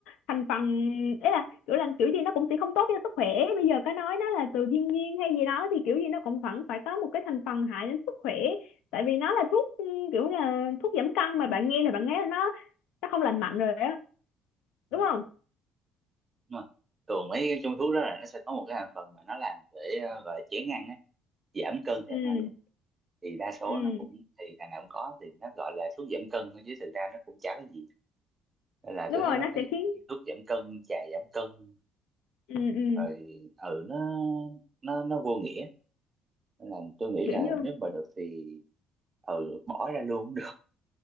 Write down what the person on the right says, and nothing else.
Ừ.
Nhưng mà thường mấy cái trong thuốc đó là nó sẽ có một cái thành phần mà nó làm để ờ, gọi là chén ăn ấy, giảm cân
thèm ăn ấy. Thì đa số
nó cũng thì thằng nào cũng có thì nó gọi là thuốc giảm cân thôi chứ thực ra nó cũng chả có gì. Nên là
tôi
thấy mấy
cái
thuốc giảm cân, trà giảm cân
rồi ừ nó nó nó vô nghĩa nên là tôi nghĩ
là
nếu mà được thì ừ bỏ ra luôn cũng được